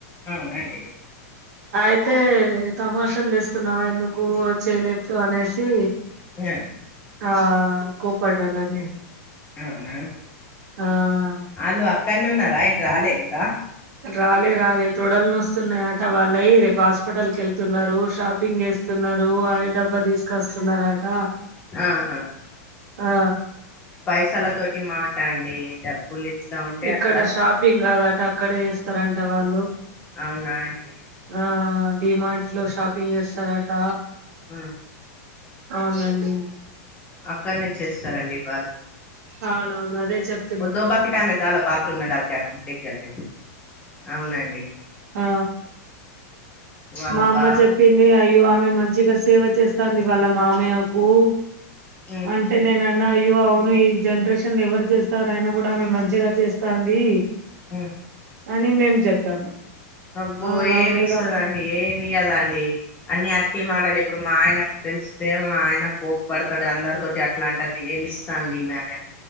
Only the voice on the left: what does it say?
అవునా అండి
హ <unintelligible>
ఎవరే <unintelligible>
వాళ్ళు అక్కడనే ఉన్నారా ఇటు రాలేదా
ఆహాహా
పైసల తోటి మాటండి డబ్బులు ఇట్లా ఉంటే
అట్లా
అవునా అండి
ఆ
అక్కడనే చేస్తారండి వాళ్ళు
వద్దో బకిటామె దాాల బాత్రూమ్ <unintelligible> దతే అవునండి
వాళ్ళు
బా
ఉమ్
హ
అబ్బో
ఏమి
ఇస్తదండి ఏమి ఇయదండి అన్ని అట్టి మాటలు ఇప్పుడు మా ఆయన తెలిస్తే ఆయన కోప పడతాడు అందరితోటి అట్లాంటిది ఏమి ఇస్తాందిమె అని అ